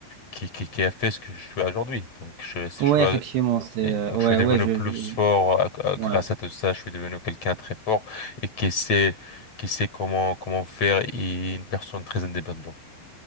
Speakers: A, on the left; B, on the right.
A: qui, qui, qui a fait ce que je suis aujourd'hui. Donc, je, si
B: Oui,
A: je suis,
B: effectivement,
A: à-
B: c'est
A: et
B: euh,
A: donc,
B: ouais,
A: je suis devenu
B: ouais, je,
A: plus
B: je- je-
A: fort euh, à- à- grâce
B: ouais.
A: à tout ça. Je suis devenu quelqu'un très fort et qui sait, qui sait comment, comment faire et une personne très indépendante.